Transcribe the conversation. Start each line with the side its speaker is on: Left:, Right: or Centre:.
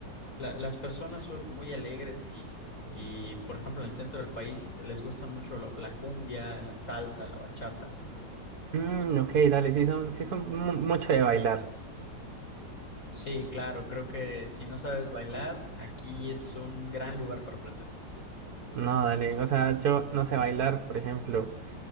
Left: la- las personas son muy alegres y, y, por ejemplo, en el centro del país les gustan mucho lo- la cumbia, la salsa, la bachata.
Right: Mm, ok, dale, sí son, sí son mu- mucho de bailar.
Left: Sí, claro, creo que si no sabes bailar, aquí es un gran lugar para aprender.
Right: No, dale, o sea, yo no sé bailar, por ejemplo,